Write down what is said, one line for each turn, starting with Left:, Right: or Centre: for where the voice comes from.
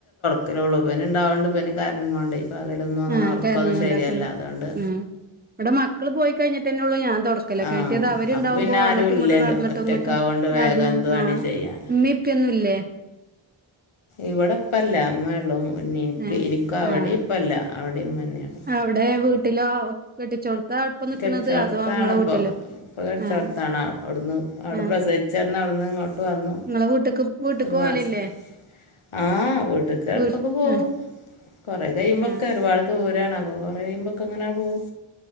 Left: ക്ക്ലള്ളൂ ഇവന്ണ്ടാവണ്ട് ഇവന് കരഞ്ഞ് കൊണ്ടെ പകലൊന്നുവങ്ങനെ
Right: ആഹ്
Left: ഒർക്കൊന്നും
Right: കരഞ്ഞോണ്ടാക്ക്ന്ന്
Left: ശരിയല്ല അതോണ്ട്
Right: ഉം ഇവിടെ മക്കള് പോയി കഴിഞ്ഞിട്ടന്നെള്ളൂ ഞാൻ തൊടക്കലൊക്കെ
Left: ആ
Right: മറ്റേത് അവ ര്ണ്ടാവുമ്പോ
Left: അപ്പൊ പിന്നെ ആരും
Right: അങ്ങട്ടുങ്ങട്ടും
Left: ഇല്ലല്ലോ
Right: നടന്നിട്ടും
Left: ഒറ്റക്കാവോണ്ട്
Right: ഇങ്ങട്ട്
Left: വേഗം
Right: നടന്നു
Left: എന്ത് വേണേം
Right: ആഹ്
Left: ചെയ്യാലോ
Right: ഇമ്മിംഇപ്പിം ഒന്നുല്ലേ
Left: ഇവിടെ ഇപ്പല്ല മ്മേള്ളു നിൻക്ക്
Right: ആഹ്
Left: ഇൻക്ക് അവിടേപ്പല്ല
Right: ആഹ്
Left: അവിടിം ഇമ്മന്നെള്ളു
Right: അവിടെ വീട്ടിലോ കെട്ടിച്ചോട്ത്താ ഇപ്പം നിക്ക്ണത്
Left: കെട്ടിച്ചോട്ത്താണിപ്പൊ
Right: അതോ ഇങ്ങളെ വീട്ടിലോ
Left: ഇപ്പ കെടിച്ചോട്ത്താണ്
Right: ആഹ്
Left: ഔട്ന്ന് ഔടെ
Right: ആഹ്
Left: പ്രസവി ച്ചന്ന് ഔട്ന്ന്ങ്ങോട്ട് വന്നു
Right: ഇങ്ങളെ വീട്ട്ക്ക് വീട്ട്ക്ക്
Left: ഒരു
Right: പോവലില്ലേ
Left: മാസായി ആഹ് വീട്ട്ക്ക് എടക്കൊക്കെ
Right: വീട്ട്
Left: പോവും
Right: ആഹ്
Left: കൊറേ കയുമ്പൊക്കെ
Right: ആഹ്
Left: ഒരുപാട് ദൂരാണ് അപ്പം കൊറെ കഴുമ്പൊക്കെങ്ങനാ പോവും